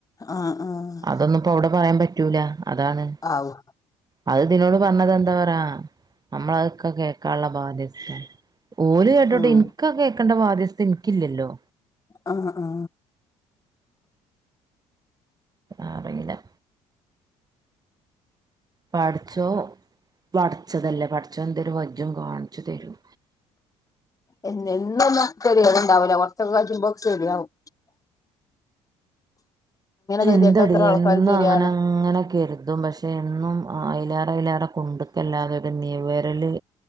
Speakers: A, on the left; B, on the right.
A: ആഹ് ആഹ്.
B: അതൊന്നും ഇപ്പോ അവിടെ പറയാൻ പറ്റൂല അതാണ്.
A: ആവൂ.
B: അത് ഇതിനോട് പറഞ്ഞ ഇതെന്താ പറയാ ആഹ് നമ്മളതൊക്കെ കേക്കാന്ള്ള ബാധ്യസ്ഥ. ഓല് കേട്ടോട്ടെ.
A: ആഹ്
B: ഇൻക്കാ കേക്കണ്ട ബാധ്യസ്ഥത ഇൻക്കില്ലല്ലോ?
A: ആഹ് ആഹ്.
B: അറീല്ല. പടച്ചോ പടച്ചതല്ലേ. പടച്ചോനെന്തേലും വജ്ജും കാണിച്ച് തരും.
A: എന്നെന്നും ഒന്ന് <unintelligible> ണ്ടാവൂല. കൊറച്ചൊക്കെ കജ്ജുമ്പോ ശെരിയാവും. കെതിയെട്ട
B: എന്തടി
A: എത്ര ആൾക്കാര്
B: എന്നും
A: ശരിയാവ്ണ്
B: അങ്ങനങ്ങനെ കരുതും പശ്ശെ എന്നും അയ്ലാറെ അയ്ലാറെ കുണ്ട്ക്കല്ലാതൊരു നിവരല്